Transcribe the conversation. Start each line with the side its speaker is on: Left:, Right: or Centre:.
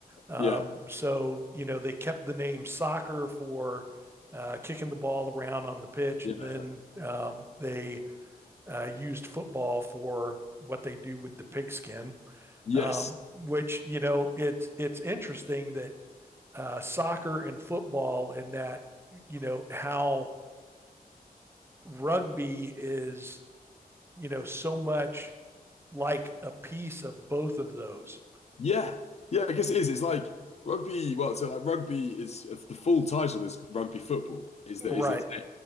Right: Um,
Left: yeah,
Right: so you know they kept the name soccer for uh, kicking the ball around on the pitch,
Left: yeah,
Right: and then um, they uh, used football for what they do with the pigskin,
Left: yes,
Right: um, which you know it's it's interesting that uh, soccer and football and that you know how rugby is you know so much like a piece of both of those.
Left: yeah, yeah. I guess it is. It's like rugby. Well, so like rugby is uh, the full title is rugby football. Is that
Right: Right.
Left: is it